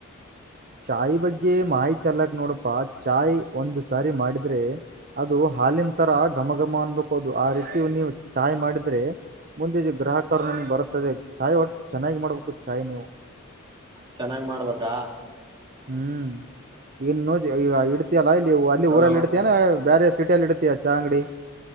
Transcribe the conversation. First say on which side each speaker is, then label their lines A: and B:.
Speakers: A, on the right; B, on the right.
A: ಚಾಯ್ ಬಗ್ಗೆ ಮಾಹಿತಿ ಅಲ್ಲಕ್ ನೋಡಪಾ ಚಾಯ್ ಒಂದ್ ಸಾರಿ ಮಾಡಿದ್ರೆ ಅದು ಹಾಲಿನ ತರಾ ಘಮ ಘಮ ಅನ್ಬೇಕ ಅದು ಆ ರೀತಿ ನೀವು ಚಾಯ್ ಮಾಡಿದ್ರೆ ಮುಂದಿದ್ದ ಗ್ರಾಹಕರುನು ಬರುತ್ತದೆ ಚಾಯ್ ಒಟ್ಟ ಚೆನ್ನಾಗಿ ಮಾಡ್ಬೇಕು ಚಾಯ್ ನೀವು
B: ಚೆನ್ನಾಗ್ ಮಾಡ್ಬೇಕಾ
A: ಹ್ಮ್ ಇನ್ನು ಈ ಇಡ್ತಿಯಲ್ಲ ಇಲ್ಲಿ ಅಲ್ಲಿ
B: ಅಲೋ
A: ಊರಲ್ಲಿ ಇಡ್ತಾನ ಬೇರೆ ಸಿಟಿಅಲ್ಲಿ ಇಡ್ತಿಯ ಚಾ ಅಂಗಡಿ